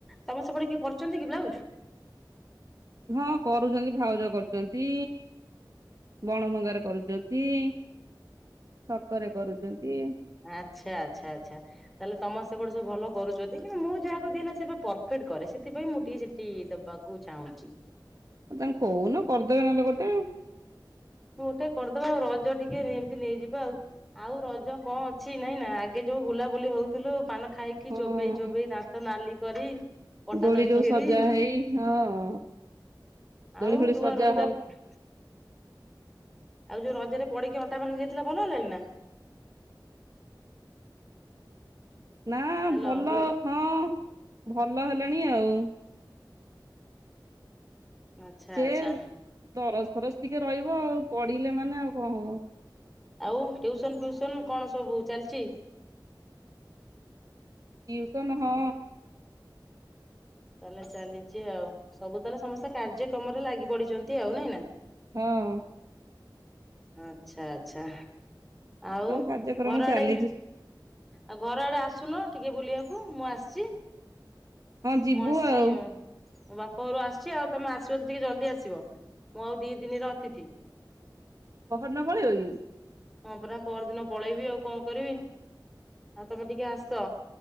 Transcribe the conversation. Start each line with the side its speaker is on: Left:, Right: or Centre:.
Centre: ତମ ସେପଟେ କିଏ କରୁଚନ୍ତି କି ବ୍ଲାଉଜ୍?
Right: ହଁ କରୁଚନ୍ତି ଭାଉଜ କରୁଚନ୍ତି। ଗଣ ମଙ୍ଗାରେ କରୁଚ ନ୍ତି। ଛକରେ କରୁଚନ୍ତି।
Centre: ଆଚ୍ଛା ଆଚ୍ଛା ଆଚ୍ଛା। ତାହେଲେ ତମ ସେପଟେ ସବୁ ଭଲ କରୁଚନ୍ତି। କିନ୍ତୁ ମୁଁ ଯାହାକୁ ଦିଏ ନା ସେ ପରଫେକ୍ଟ କରେ। ସେଥିପାଇ ମୁଁ ଟିକିଏ ଚି କି ଦବାକୁ ଚାହୁଁଚି।
Right: ଆଉ ତାଙ୍କୁ କହୁନୁ କରିଦେବେ ନହେଲେ ଗୋଟେ।
Centre: ଗୋଟେ କରିଦବା ଆଉ ରଜ ଟିକିଏ ଏମିତି ନେଇଯିବା ଆଉ। ଆଉ ରଜ କଣ ଅଛି ନାଇଁ ନା। ଆଗେ ଯୋଉ ବୁଲାବୁଲି ହୋଉଥିଲୁ ପାନ ଖାଇକ୍ କି
Right: ହଁ
Centre: ଚୋବେଇ ଚୋବେଇ ଦାନ୍ତ ନାଲି କରି। ପଟାଦଳି
Right: ଦୋଳି ଯୋଉ
Centre: ଖିଳି
Right: ସଜା ହେଇ ହଁ ଦୋଳି
Centre: ଆଉ
Right: ଫୋଳି
Centre: ତୁ
Right: ସଜା
Centre: ପା ରଜରେ
Right: ହଉ
Centre: ଆଉ ଯୋଉ ରଜରେ ପଡିକି ଅଣ୍ଟା ଭାଙ୍ଗି ଯାଇଥିଲା ଭଲ ହେଲାଣି ନା?
Right: ନା
Centre: ହ୍ୟାଲୋ
Right: ଭଲ ହଁ ଭଲ ହେଲାଣି ଆଉ।
Centre: ଆଚ୍ଛା
Right: ସେ
Centre: ଆଚ୍ଛା
Right: ଦରଜ ଫରଜ ଟିକିଏ ରହିବ ଆଉ। ପଡିଲେ ମାନେ ଆଉ କଣ ହବ।
Centre: ଆଉ ଟ୍ୟିଉସନ ‌‌କ ଫ୍ୟିଉସନ କଣ ସବୁ ଚାଲିଚି?
Right: ଟିୟୁସନ ହଁ।
Centre: ତାହେଲେ ଚାଲିଚି ଆଉ। ସବୁ ତାହେଲେ ସମସ୍ତେ କାର୍ଯ୍ୟକ୍ରମରେ ଲାଗି ପଡିଚନ୍ତି ଆଉ ନାଇଁ ନା।
Right: ହଁ।
Centre: ଆଛା ଆଛା ଆଉ
Right: ସବୁ କାର୍ଯ୍ୟକ୍ରମ
Centre: ଘର
Right: ଚାଲିଛି
Centre: ଆଡେ- ଆଉ ଘର ଆଡେ ଆସୁନୁ ଟିକିଏ ବୁଲିବାକୁ ମୁଁ ଆସ୍ଚି
Right: ହଁ ଯିବୁ
Centre: ମୁଁ ଆସ୍ଚି।
Right: ଆଉ
Centre: ମୋ ବାପ ଘରୁ ଆସ୍ ଚି। ଆଉ ତମ ଆସିବ ତ ଟିକିଏ ଜଲ୍ଦି ଆସିବ। ମୁଁ ଆଉ ଦି ଦିନିର ଅତିଥି।
Right: ପହରଦିନ ପଳେଇବ କି?
Centre: ହଁ ପରା ପରଦିନ ପଳେଇବି ଆଉ କଣ କରିବି। ଆଉ ତମେ ଟିକିଏ ଆସ।